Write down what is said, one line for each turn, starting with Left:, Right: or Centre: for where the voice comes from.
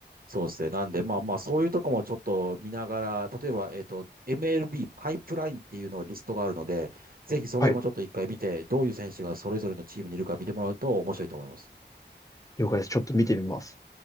Right: そうですね。なんで、まあまあ、そういうとこもちょっと見ながら、例えば、えっと、MLB パイプラインっていうのがリストがあるので、ぜひその辺もちょっと一回見て、
Left: はい、
Right: どういう選手がそれぞれのチームにいるか見てもらうと面白いと思います。
Left: 了解です。ちょっと見てみます。